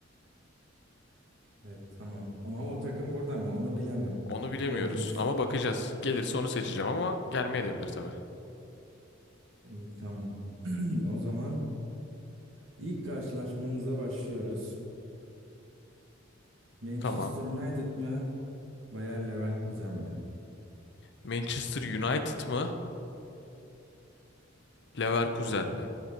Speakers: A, on the right; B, on the left.
A: Evet tamam. Ama o takım burada mı? Onu bilemem.
B: Onu bilemiyoruz
A: Göreceksin.
B: ama bakacağız. Gelirse onu seçeceğim ama gelmeyebilir tabii.
A: İyi tamam. <clears throat> O zaman İlk karşılaşmamıza başlıyoruz. Manchester
B: Tamam.
A: United mı? Bayer Leverkusen mi?
B: Manchester United mı? Leverkusen mi?